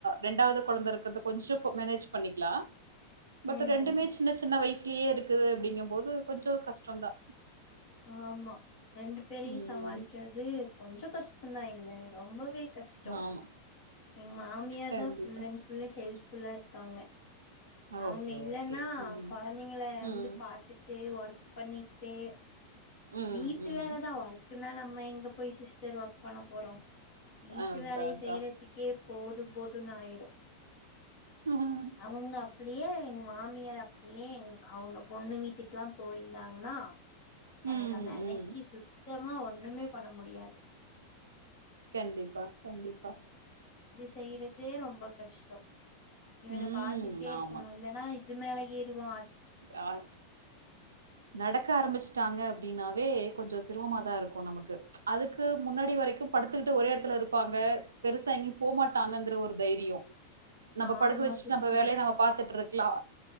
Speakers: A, on the right; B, on the left.
A: ரெண்டாவது கொழந்த இருக்கிறது கொஞ்சோ மேனேஜ் பண்ணிக்லா பட்
B: ம்
A: ரெண்டுமே சின்ன சின்ன வைசு இங்கயே இருக்குது அப்டிங்கும்போது கொஞ்சோ கஷ்டந்தா
B: ஆமா ரெண்டு பேரையு
A: ம்
B: சமாளிக்றது கொஞ்சோ கஷ் ப்பதா இல்ல ரொம்போ கஷ்டோ
A: ஆமா
B: எங்க மாமியார்தா
A: கண்டிப்பா.
B: ஃபுல் அண் ஃபுல்லு ஹெல்ப் ஃபுல்லாருக்காங்க அவங்க
A: ஓகே
B: இல்லன்னா
A: ஓகே ம்.
B: கொழந்தைங்கள
A: ம்.
B: வந்து பாத்துட்டே ஒர்க் பண்ணித்தே
A: ம்.
B: வீட்டு
A: ம்.
B: வேலதா ஒர்க்குன்னா நம்ம எங்க போய் சிஸ்டர் ஒர்க் பண்ண போறோ வீட்டு
A: அதான்
B: வேலைய
A: அதான்.
B: செய்யறதுக்கேப் போது போதுனாயிரு
A: ம்.
B: அவங்க ப்டியே எங்க மா மாமியார் அப்டியே எங் அவ்ங் பொண்ணு வீட்டுக்ல்லா போயிந்தாங்ன்னா
A: ம்.
B: எனக்கு அந்த அன்னை க்கி சுத்தமா ஒண்ணும் பண்ண முடியாது
A: கண்டிப்பா கண்டிப்பா
B: செய்றதே ரொம்ப கஷ்டோ இவன
A: ம்.
B: பாத்திட்டே இருக்கணு
A: ஆமா.
B: இல்லன்னா து மேல யேறுவா
A: <unintelligible> நடக்க ஆரம்பிச்ட்டாங்க அப்டின்னாவே கொஞ்சோ சிருவமாதா இருக்கு நமக்கு அதுக்கு முன்னாடி வரைக்கும் படுத்துக்குட்டு ஒரே எடத்துல இருப்பாங்க பெருசா எங்கயு போமாட்டாங்கங்குற ஒரு தைரியோ நம்ப
B: ஆமா
A: படுக்க வச்சிட்
B: சிஸ்டர்
A: நம்ப வேலைய நம்ப பாத்துட்ருக்கலா